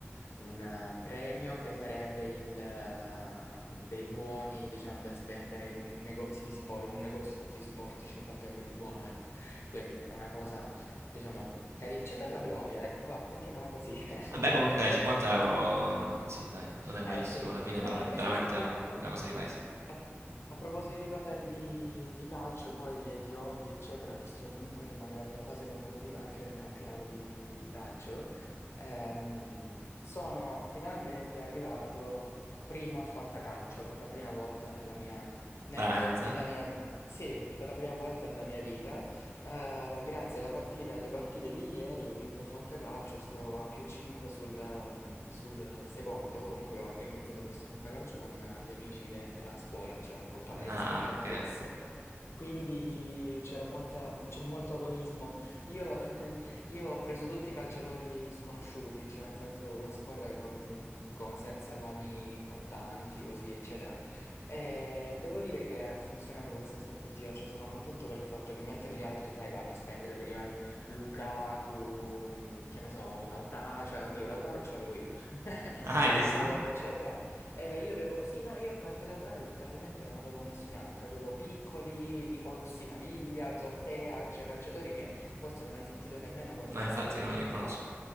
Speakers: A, on the left (about 70°); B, on the right (about 75°).
A: un, eh, premio che sarebbe il, eh, dei buoni, diciamo, da spendere in un negozio di sport, in un negozio di sport, 50 euro di buono, ecco. Quindi è una cosa, diciamo, carina, c'è per la gloria, ecco, va, mettiamola così. <laughs>
B: Vabbè, comunque dai, 50 euro, sì, dai, non è malissimo
A: Eh sì,
B: alla fine,
A: no,
B: per un-
A: invece
B: veramente
A: comunque...
B: è un- una cosa di paese.
A: A, a proposito di parlare di, di calcio, poi e di hobby, eccetera, visto che comunque siamo arrivati alla fase conclusiva anche del campionato di, di calcio, ehm, sono finalmente arrivato primo al fantacalcio per la prima volta nella mia, ne-
B: Veramente?
A: nella mia, sì, per la prima volta nella mia vita. Eh, grazie alla partita, alle partite di ieri ho vinto il Fantacalcio, sto a più 5 sul, ehm, sul secondo. Comunque abbiamo organizzato questo Fantacalcio con eh, gli amici de- della scuola, cioè compa- ex
B: Ah,
A: compagni
B: ok.
A: di classe. Quindi c'era molta, c'è molto agonismo. Io, <laughs> io ho preso tutti i calciatori sconosciuti, cioè nel senso avevo una squadra con- con- senza nomi importanti, così, eccetera. E devo dire che ha funzionato questa strategia, cioè sono contento per il fatto che mentre gli altri, sai, vanno a spendere per i vari Lukaku, mh, che ne so, Lautaro, cioè oddio, Lautaro ce l'avevo io, <laughs>
B: Ah,
A: Leao,
B: hai visto?
A: eccetera. Eh, io avevo, sì, no, io a parte Lautaro letteralmente non avevo nessun altro, avevo Piccoli, Nicolussi Caviglia, Zortea, cioè calciatori che forse non hai sentito nemmeno quando
B: No,
A: stavi
B: infatti
A: veramente
B: non li conosco.
A: a, ca-